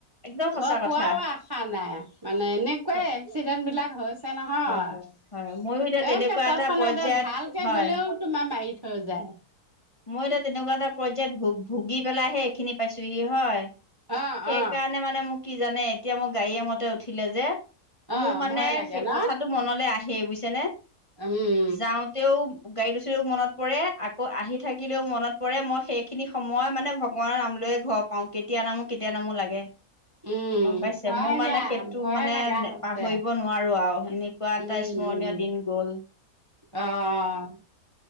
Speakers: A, on the left; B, on the right.
A: একদম
B: ঘৰ
A: সঁচা কথা
B: পোৱাও আশা নাই মানে এনেকুৱাই
A: হয়
B: এক্সিডেন্ট বিলাক হৈছে নহয়।
A: হয় হয় ময়ো এতিয়া তেনেকুৱা
B: একে তৎক্ষণাতে
A: এটা পৰ্যায়ত
B: ভালকে
A: হয়
B: গ'লেও তোমাৰ মাৰি থৈ যাই।
A: মই এতিয়া তেনেকুৱা এটা পৰ্যায়ত ভু-ভুগি পেলাইহে এইখিনি পাইছোহি হয়।
B: অ
A: সেই
B: অ
A: কাৰণে মানে মোক কি জানে এতিয়া মই গাড়ীয়ে মতে উঠিলে যে
B: অ
A: মোৰ মানে
B: ভয় লাগে
A: সে
B: ন
A: কথাটো মনলৈ আহেই বুইছে নে?
B: উম,
A: যাওঁতেও গাড়ীত উঠিলেও মনত পৰে আকৌ আহি থাকিলেও মনত পৰে মই সেইখিনি সময় মানে ভগৱানৰ নাম লৈয়ে ঘৰ পাওঁ কেতিয়া নামো, কেতিয়া নামো লাগে।
B: উম
A: গম পাইছে
B: হয়
A: মোৰ মানে
B: দিয়া
A: সেইটো
B: ভয়ে
A: মানে
B: লগা
A: নে
B: হৈছে
A: পাহৰিব নোৱাৰো আৰু এনে এনেকুৱা এটা
B: উম
A: স্মৰণীয়
B: উম
A: দিন গ'ল।
B: অ',